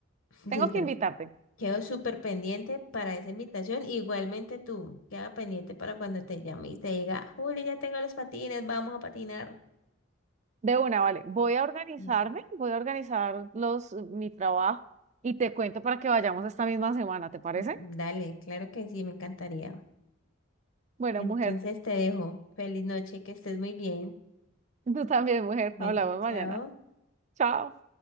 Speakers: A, on the left; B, on the right.
A: Listo.
B: Tengo que invitarte.
A: Quedo súper pendiente para esa invitación. Igualmente tú, queda pendiente para cuando te llame y te diga, Juli, ya tengo los patines, vamos a patinar.
B: De una, vale, voy a organizarme,
A: No.
B: voy a organizar los, mi trabajo y te cuento para que vayamos esta misma semana, ¿te parece?
A: mm, Dale, claro que sí, me encantaría.
B: Bueno,
A: Entonces
B: mujer.
A: te dejo. Feliz noche, que estés muy bien.
B: <laughs> Tú también, mujer.
A: Bueno,
B: Hablamos
A: chao.
B: mañana. Chao.